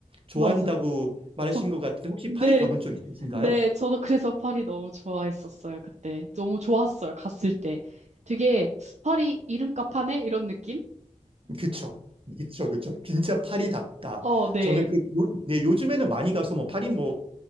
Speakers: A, on the right (about 45°); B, on the right (about 60°).
A: 좋아한다고
B: 맞아.
A: 말하신
B: 저-
A: 것 같은데 혹시
B: 네,
A: 파리 가본 적 있으신가요?
B: 네, 저도 그래서 파리 너무 좋아했었어요, 그때. 너무 좋았어요, 갔을 때. 되게, 파리 이름값 하네? 이런 느낌?
A: 그쵸. 그쵸, 그쵸. 진짜 파리답다.
B: 어, 네.
A: 저는 그, 요, 네, 요즘에는 많이 가서 뭐 파리 뭐